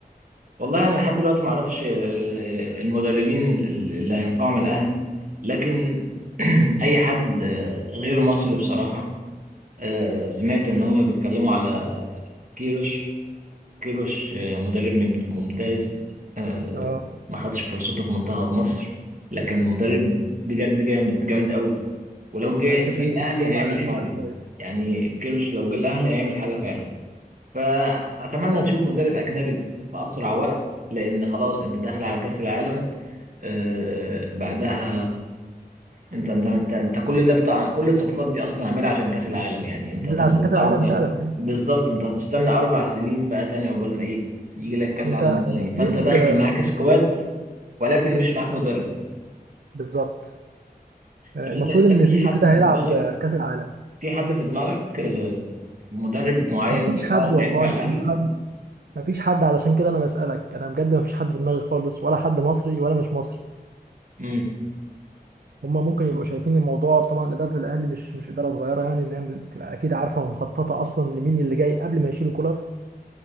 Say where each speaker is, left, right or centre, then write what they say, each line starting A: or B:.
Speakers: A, on the right; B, on the right.
A: والله انا لحد دلوقتي ما اعرفش آه، المدربين ال- اللي هينفعوا من الاهلي لكن <clears throat> اي حد آه، غير مصري بصراحه آه، سمعت ان هم بيتكلموا على كيروش كيروش آه، مدرب مم- ممتاز آه،
B: اه
A: ما خدش فرصته في منتخب مصر لكن مدرب بجد جامد جامد قوي ولو جه
B: فانت
A: جه
B: شايف
A: الاهلي
B: ان هو
A: هيعمل
B: مع الاهلي
A: حاجه
B: هيبقى كويس
A: يعني كيروش لو جه الاهلي هيعمل حاجه فعلا فاتمنى نشوف مدرب اجنبي في اسرع وقت لان خلاص انت داخل على كاس العالم آه بعدها انت انت انت, انت كل ده بتاع كل الصفقات دي اصلا عاملها عشان كاس العالم يعني انت
B: ده
A: هتفضل
B: عشان كاس العالم
A: اربع
B: فعلا
A: بالظبط انت هتستنى اربع سنين بقى تاني عقبال ما ايه يجي لك كاس
B: انت
A: عالم تاني
B: المفروض
A: فانت داخل
B: آه،
A: معاك سكواد ولكن مش معاك مدرب
B: بالظبط آه،
A: طب
B: المفروض
A: انت انت
B: ان
A: في
B: زيزو
A: حد
B: كده
A: في
B: هيلعب
A: دماغك
B: آه، كاس العالم
A: في حد في دماغك آه، مدرب معين
B: مفيش
A: في دماغك
B: حد والله
A: هينفع الاهلي
B: مفيش حد مفيش حد علشان كده انا بسالك انا بجد مفيش حد في دماغي خالص ولا حد مصري ولا مش مصري
A: امم
B: هما ممكن يبقوا شايفين الموضوع طبعا اداره الاهلي مش مش اداره صغيره يعني ان هي بتبقى اكيد عارفه ومخططه اصلا لمين اللي جاي قبل ما يشيلوا كولر